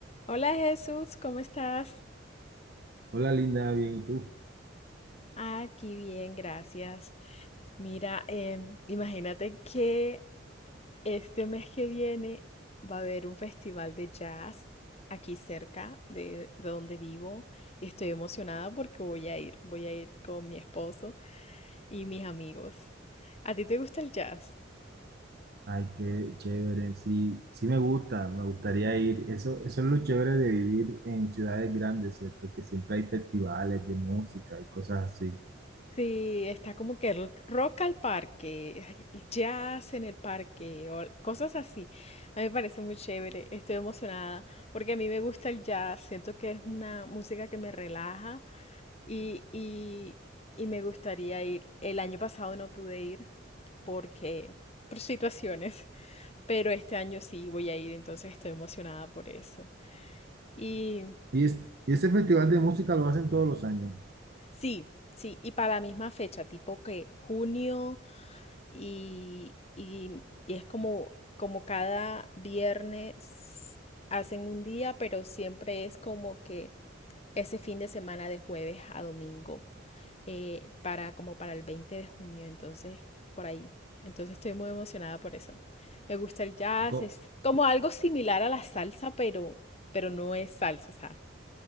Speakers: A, on the left; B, on the right.
A: Hola Jesús, ¿cómo estás?
B: Hola Linda, bien, ¿y tú?
A: Aquí bien, gracias. Mira, em, imagínate que este mes que viene va a haber un festival de jazz aquí cerca de, de donde vivo y estoy emocionada porque voy a ir, voy a ir con mi esposo y mis amigos. ¿A ti te gusta el jazz?
B: Ay, qué chévere, sí, sí me gusta, me gustaría ir. Eso, eso es lo chévere de vivir en ciudades grandes, ¿cierto? Que siempre hay festivales de música y cosas así.
A: Sí, está como que el rock al parque, ay, el jazz en el parque o cosas así. A mí me parece muy chévere. Estoy emocionada porque a mí me gusta el jazz. Siento que es una música que me relaja y, y, y me gustaría ir. El año pasado no pude ir porque por situaciones, <laughs> pero este año sí voy a ir, entonces estoy emocionada por eso. Y
B: Y, es- y ese festival de música lo hacen todos los años.
A: sí, sí, y para la misma fecha, tipo que junio. y, y- y es como, como cada viernes hacen un día, pero siempre es como que ese fin de semana de jueves a domingo, eh, para como para el 20 de junio, entonces por ahí. Entonces estoy muy emocionada por eso. Me gusta el jazz,
B: ¿Y, co-
A: es como algo similar a la salsa, pero, pero no es salsa, o sea,